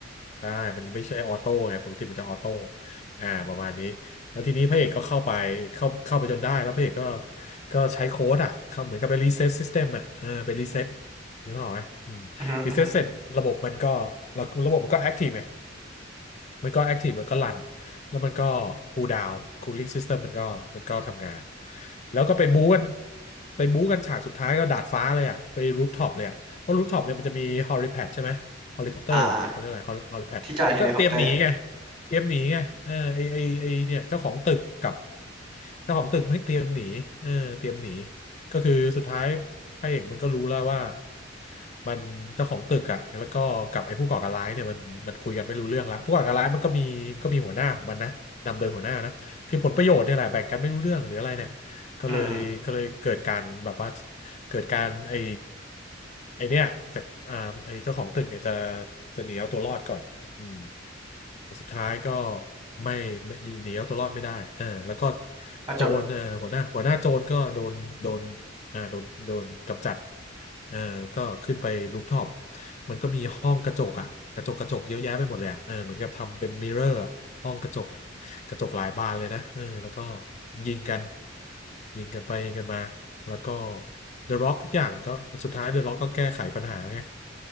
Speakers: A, on the left; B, on the right.
A: ได้มันไม่ใช่ออโต้ไงปกติมันจะออโต้อ่าประมาณนี้แล้วทีนี้พระเอกก็เข้าไปเข้าเข้าไปจนได้แล้วพระเอกก็ก็ใช้โค้ดอ่ะเข้าเหมือนกับไปรีเซ็ตซิสเต็มอ่ะเออไปรีเซ็ตนึกภาพออกไหมอืมรีเซ็ตเสร็จระบบมันก็
B: อืมอฮึอืมอฮึ
A: ระระบบมันก็แอคทีฟไง มันก็แอคทีฟแล้วก็รันแล้วมันก็คูลดาวน์คูลิ่งซิสเต็มมันก็มันก็ทำงาน แล้วก็ไปบู๊กันไปบู๊กันฉากสุดท้ายก็ดาดฟ้าเลยอ่ะไปรูฟท็อปเลยอ่ะเพราะรูฟท็อปเนี่ยมันจะมีฮอลิแพดใช่ไหมฮอลิคอปเตอร์เขาเรียกอะไรฮอลิแพดก็เตรียมหนีไง
B: อ่า ที่จอดเฮลิคอปเตอร์
A: เตรียมหนีไงเออไอไอไอเนี่ยเจ้าของตึกกับ เจ้าของตึกไม่เตรียมหนีเออเตรียมหนีก็คือสุดท้ายพระเอกมันก็รู้แล้วว่ามันเจ้าของตึกอะแล้วก็กับไอ้ผู้ก่อการร้ายเนี่ยมันมันคุยกันไม่รู้เรื่องแล้วผู้ก่อการร้ายมันก็มีก็มีหัวหน้าของมันนะนำโดยหัวหน้านะคือผลประโยชน์เนี่ยแหละแบ่งกันไม่รู้เรื่องหรืออะไรเนี่ยก็เลยก็เลยเกิดการแบบว่า
B: อืมอืม
A: เกิดการไอ้ไอ้เนี่ยจากอ่าไอ้เจ้าของตึกเนี่ยจะจะหนีเอาตัวรอดก่อนอืม สุดท้ายก็ไม่ไม่หนีเอาตัวรอดไม่ได้เออแล้วก็
B: ก็จบ
A: โจรเออหัวหน้าหัวหน้าโจรก็โดนโดนอ่าโดนโดนกำจัดเออก็ขึ้นไปรูฟท็อปมันก็มีห้องกระจกอ่ะกระจกกระจกเยอะแยะไปหมดเลยอ่ะเออเหมือนกับทำเป็นมิเรอร์อะห้องกระจกอ่ะกระจกหลายบานเลยนะเออแล้วก็ยิงกันยิงกันไปยิงกันมาแล้วก็เดอะร็อกทุกอย่างก็สุดท้ายเดอะร็อกก็แก้ไขปัญหาไง